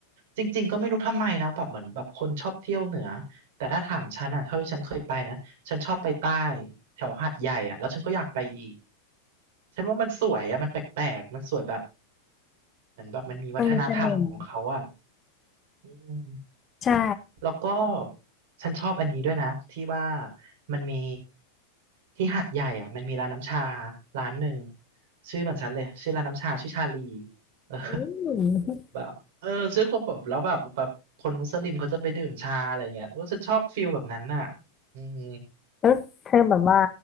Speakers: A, on the right; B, on the left.
A: จริงๆก็ไม่รู้ทำไมนะแบบเหมือนแบบคนชอบเที่ยวเหนือแต่ถ้าถามฉันอ่ะเท่าที่ฉันเคยไปนะฉันชอบไปใต้แถวหาดใหญ่อ่ะแล้วฉันก็อยากไปอีกฉันว่ามันสวยอ่ะมันแปลกๆมันสวยแบบเหมือนแบบมันมีวัฒนธรรมของเขาอ่ะ
B: มันมีเสน่ห์
A: อืม
B: ใช่
A: แล้วก็ฉันชอบอันนี้ด้วยนะที่ว่ามันมีที่หาดใหญ่อ่ะมันมีร้านน้ำชาร้านหนึ่งชื่อเหมือนฉันเลยชื่อร้านน้ำชาชื่อชาลีเออ
B: อืม
A: แบบเออชื่อคนแบบแล้วแบบแบบคนมุสลิมเขาจะไปดื่มชาอะไรเงี้ยโอ้ฉันชอบฟิลแบบนั้นน่ะอืม
B: แล้วเธอแบบว่า